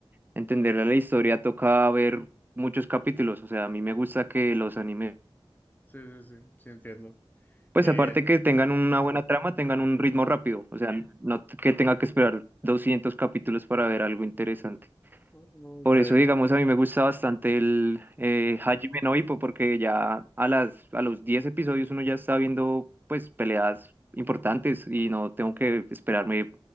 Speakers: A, on the right (about 20°); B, on the left (about 20°).
A: entender la historia toca ver muchos capítulos, o sea, a mí me gusta que los animes
B: sí, sí, sí, sí entiendo.
A: Pues
B: Eh,
A: aparte que tengan una buena trama, tengan un ritmo rápido, o sea, no t- que tenga que esperar 200 capítulos para ver algo interesante.
B: bueno,
A: Por
B: de,
A: eso, digamos, a mí me gusta bastante el eh, Hajime no Ippo, porque ya a las, a los 10 episodios uno ya está viendo, pues, peleas importantes y no tengo que esperarme